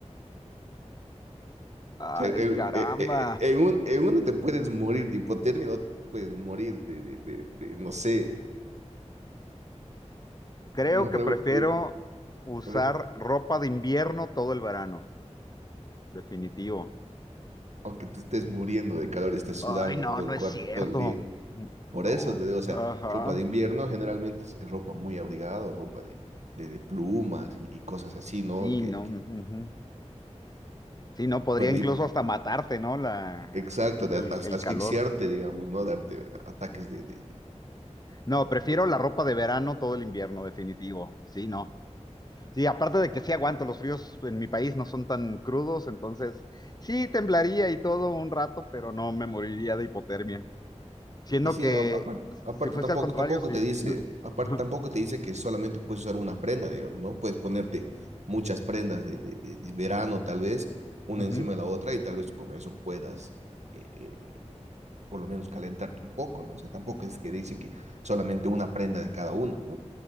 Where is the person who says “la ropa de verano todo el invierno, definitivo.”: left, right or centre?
Left